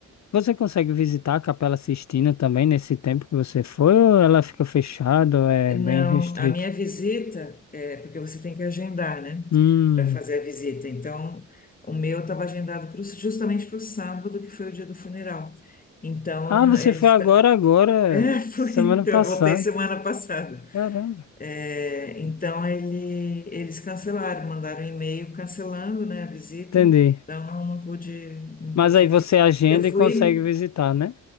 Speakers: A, on the left; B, on the left.
A: você consegue visitar a Capela Sistina também nesse tempo que você foi, ou ela fica fechada, ou é
B: Não,
A: bem restrito?
B: a minha visita, é, porque você tem que agendar, né,
A: Hum.
B: para fazer a visita. Então, o meu estava agendado pro- justamente para o sábado, que foi o dia do funeral. Então,
A: Ah, você
B: Hum. eles.
A: foi agora,
B: <laughs>
A: agora,
B: É, foi,
A: semana passada.
B: eu voltei semana passada.
A: Caramba.
B: É, então, ele, eles cancelaram, mandaram um e-mail cancelando, né, a visita.
A: Entendi.
B: Então, não, não pude, não
A: Mas
B: pude.
A: aí você
B: vis-
A: agenda
B: Eu fui?
A: e consegue visitar, né?